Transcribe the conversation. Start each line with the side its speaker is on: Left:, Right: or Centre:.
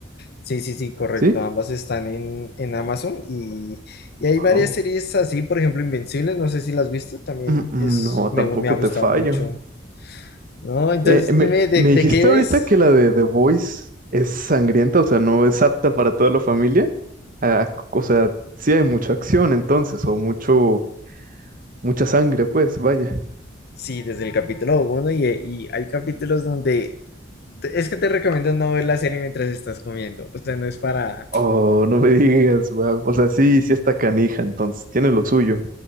Left: Sí, sí, sí, correcto.
Right: ¿Sí?
Left: Ambas están en, en Amazon y, y hay
Right: Wow.
Left: varias series así, por ejemplo, Invencible, no sé si las has visto, también
Right: Mm, mm,
Left: es,
Right: No, tampoco
Left: me, gu- me ha gustado
Right: te fallo.
Left: mucho, ¿no? Entonces,
Right: Eh, me,
Left: dime, ¿de,
Right: me dijiste
Left: de qué ves?
Right: ahorita que la de The Voice es sangrienta, o sea, no es apta para toda la familia. Ah, o sea, sí hay mucha acción entonces, o mucho, mucha sangre, pues, vaya.
Left: Sí, desde el capítulo uno y, y hay capítulos donde te- es que te recomiendo no ver la serie mientras estás comiendo, o sea, no es para,
Right: Oh, no me <laughs> digas, wow. O sea, sí, sí está canija entonces, tiene lo suyo.